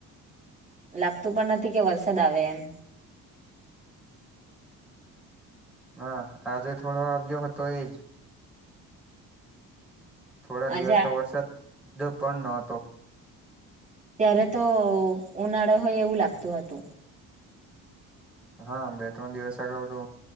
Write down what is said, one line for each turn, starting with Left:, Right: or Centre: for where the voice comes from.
Right: લાગતું પણ નથી કે વરસાદ આવે એમ.
Centre: હા આજે થોડો આવયો હતો એજ. થોડા
Right: આજે
Centre: દિવસ તો વરસાદ પણ ન હતો.
Right: ત્યારે તો ઉનાળો હોય એવું લાગતું હતું.
Centre: હા બે ત્રણ દિવસ આગાઉ તો.